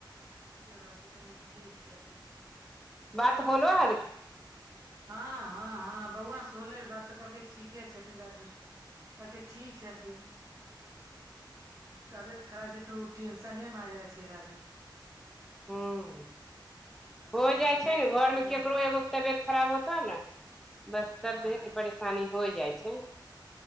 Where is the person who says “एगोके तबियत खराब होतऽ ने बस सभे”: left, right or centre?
Centre